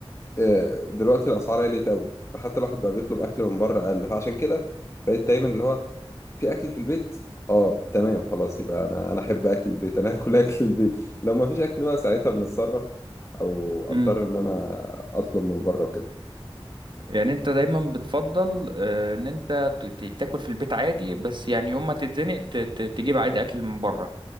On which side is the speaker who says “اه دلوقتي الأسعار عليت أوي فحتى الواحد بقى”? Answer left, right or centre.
Left